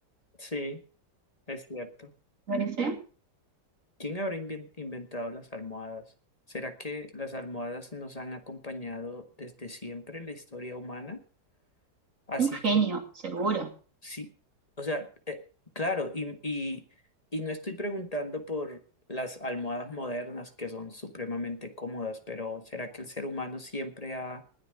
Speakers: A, on the left; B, on the right.
A: Sí, es cierto.
B: me parece
A: ¿Quién habrá invien- inventado las almohadas? ¿Será que las almohadas nos han acompañado desde siempre en la historia humana? Así
B: un genio, seguro.
A: Sí, o sea, eh, claro, y, y, y no estoy preguntando por las almohadas modernas que son supremamente cómodas, pero ¿será que el ser humano siempre ha